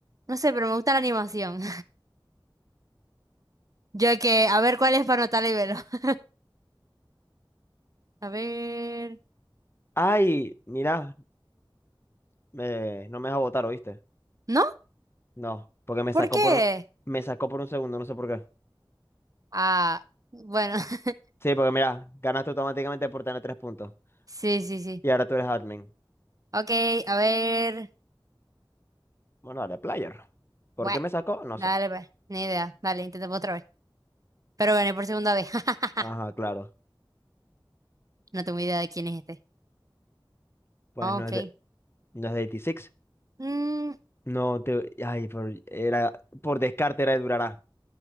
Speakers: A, on the right (about 40°); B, on the left (about 30°).
A: No sé, pero me gusta la animación. Yo que, a ver cuál es para anotarla y verlo. <laughs> A ver.
B: Ay, mira, me- no me deja votar, ¿oíste?
A: ¿No?
B: No, porque me sacó
A: ¿Por qué?
B: por un, me sacó por un segundo, no sé por qué.
A: Ah, bueno. <laughs>
B: Sí, porque mira, ganaste automáticamente por tener tres puntos.
A: Sí, sí, sí.
B: Y ahora tú eres admin.
A: Ok, a ver.
B: Bueno, dale, player. ¿Por
A: Bueno,
B: qué me sacó? No
A: dale,
B: sé.
A: pues. Ni idea. Dale, intentemos otra vez. Pero gané por segunda vez. <laughs>
B: Ajá, claro.
A: No tengo idea de quién es este.
B: Pues
A: Ah,
B: no
A: Ok.
B: es de, no es de 86.
A: Mm,
B: No te. Ay, por, era, por descarte era de Durará.